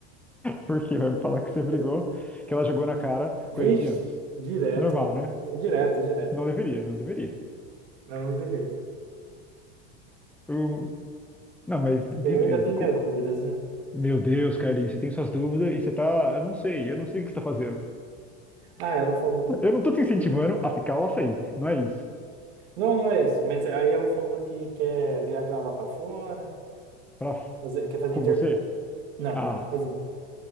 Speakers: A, in the centre; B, on the right.
A: Por quê? Vai me falar que você brigou,
B: Eu-
A: que ela jogou na cara
B: Vixe,
A: coisas de antes.
B: direto,
A: Normal, né?
B: direto, direto.
A: Não deveria, não deveria.
B: Não, não deveria.
A: Eu- Não, mas beleza.
B: Eu ainda tenho
A: co-
B: minhas dúvidas, né?
A: Meu Deus, Carlinhos, você tem suas dúvidas e você tá. Eu não sei, eu não sei o que você tá fazendo.
B: Ah, ela falou que quer.
A: Eu não tô te incentivando a ficar ou a sair, não é isso.
B: Não, não é isso, mas aí ela falou que quer viajar lá pra fora,
A: Pra...
B: fazer- quer fazer
A: Com
B: intercâmbio.
A: você?
B: Não,
A: Ah.
B: assim,